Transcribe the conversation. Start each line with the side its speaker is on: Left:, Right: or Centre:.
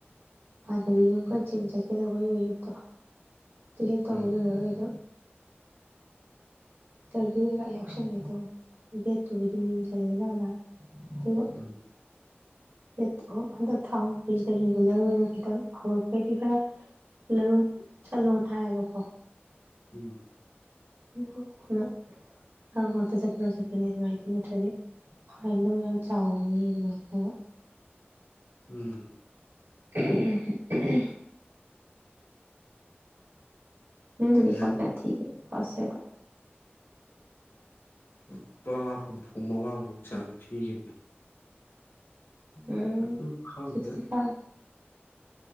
Right: ꯍꯥꯟꯅꯒꯤ ꯌꯨꯝ ꯈ ꯆꯝ ꯆꯠꯀꯦꯗꯧꯕ ꯌꯨ ꯑꯌꯨꯛꯇꯣ ꯑꯗꯨ ꯍꯦꯛ ꯇꯧꯕ
Left: ꯎꯝ
Right: ꯂꯣꯏꯔꯔꯣꯏ ꯑꯩꯗꯣ ꯏꯟꯇꯔꯚꯤꯌꯨ ꯀꯩꯀ ꯌꯥꯎꯁꯟꯒꯦ ꯇꯧꯅꯤ ꯕꯦꯠꯇꯨꯕꯨꯗꯤ ꯃꯤꯡ ꯆꯜꯂꯦꯗꯅ ꯑꯥꯗ ꯑꯗꯨꯒ
Left: ꯎꯝ
Right: ꯍꯦꯗ ꯍꯟꯗꯛ ꯊꯥꯍꯩꯁꯤꯗ ꯔꯤꯒꯨꯂꯔ ꯑꯣꯏꯅ ꯈꯤꯇꯪ ꯍꯧꯔꯛꯄꯗꯤ ꯈꯔ ꯂꯔꯣꯟ ꯁꯠꯂꯣꯟ ꯍꯥꯏꯌꯦꯕꯀꯣ
Left: ꯎꯝ
Right: ꯑꯗꯨꯒ ꯀꯣꯟꯅ ꯉꯥꯛ ꯉꯥꯛꯇ ꯆꯠꯄꯅ ꯆꯠꯄꯅꯦ ꯑꯗꯨꯃꯥꯏꯗꯣ ꯅꯠꯇ꯭ꯔꯗꯤ ꯐꯥꯏꯟ ꯑꯗꯨ ꯃ ꯌꯥꯝ ꯆꯥꯎꯅꯤ ꯑꯗꯨꯃꯥꯏꯅ ꯇꯅ
Left: ꯎꯝ
Right: <unintelligible> ꯅꯣꯏꯅꯤꯂꯨꯄꯥ
Left: ꯌꯥꯏ
Right: ꯀꯌꯥ ꯊꯤꯀꯦ ꯐꯔꯁ ꯌꯔꯗ
Left: ꯂꯨꯄꯥ ꯍꯨꯝꯐꯨ ꯃꯉꯥꯃꯨꯛ ꯆꯥꯡ ꯊꯤꯈꯤꯕꯅꯤ
Right: ꯎꯝ
Left: ꯑꯗꯨ ꯈꯪꯗꯦ
Right: ꯁꯤꯛꯁꯇꯤ ꯐꯥꯏꯚ